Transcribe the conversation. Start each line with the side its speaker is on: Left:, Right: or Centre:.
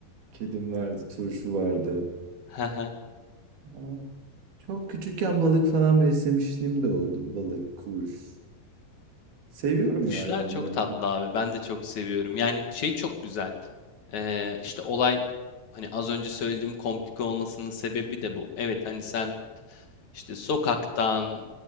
Right: Kedim vardı. Turşu vardı.
Left: <laughs>
Right: Aa, Çok küçükken balık falan beslemişliğim de oldu. Balık, kuş. Seviyorum
Left: Kuşlar
Right: ya hayvanları.
Left: çok tatlı abi. Ben de çok seviyorum. Yani şey çok güzel. Ee, işte olay hani az önce söylediğim komplike olmasının sebebi de bu. Evet hani sen İşte sokaktan,